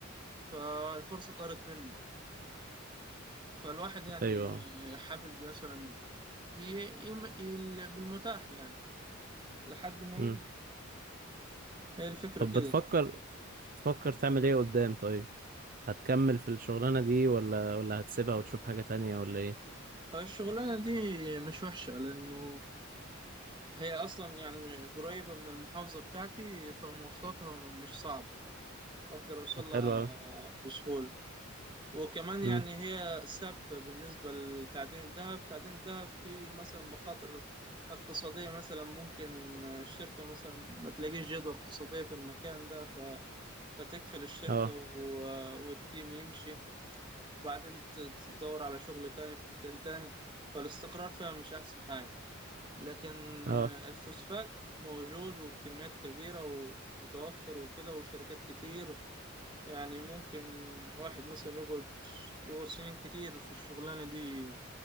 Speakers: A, on the right (about 25°); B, on the right (about 45°).
A: فالفرصة طارت منك فالواحد يعني
B: ايوه
A: حابب مثلا ي... ي... ي... بالمتاح يعني لحد ما
B: امم
A: يجي المأمول هي الفكرة
B: طب
A: كده
B: بتفكر تفكر تعمل ايه قدام طيب هتكمل في الشغلانة دي ولا ولا هتسيبها وتشوف حاجة تانية ولا ايه
A: الشغلانة دي مش وحشة لأنه هي أصلا يعني قريبة من المحافظة بتاعتي فمواصلاتها مش صعبة بقدر أوصلها
B: طب حلو اوي
A: بسهولة وكمان يعني
B: امم
A: هي ثابتة بالنسبة لتعدين الذهب تعدين الذهب في مثلا مخاطر اقتصادية مثلا ممكن الشركة مثلا ما تلاقيش جدوى اقتصادية في المكان ده ف... فتقفل الشركة
B: اه
A: و... والتيم يمشي وبعدين ت- تدور على شغل تاني في مكان تاني فالاستقرار فيها مش أحسن حاجة لكن
B: اه
A: آه، الفوسفات موجود وبكميات كبيرة ومتوفر وكده وشركات كتير يعني ممكن واحد مثلا يقعد يقعد سنين كتير في الشغلانة دي